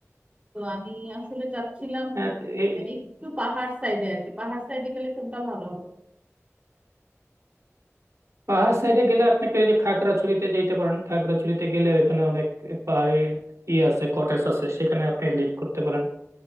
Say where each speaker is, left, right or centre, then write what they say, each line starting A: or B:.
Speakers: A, on the right; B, on the right.
A: তো আমি আসলে চাচ্ছিলাম
B: আহ, এই
A: মানে একটু পাহাড় সাইডে আর কি পাহাড় সাইডে গেলে কোনটা ভালো হবে
B: পাহাড় সাইডে গেলে আপনাকে ওই যে খাগড়াছড়িতে যেতে পারেন খাগড়াছড়িতে গেলে ওইখানে অনেক পাহাড়ি ই আছে কটেজ আছে সেখানে আপনি লিড করতে পারেন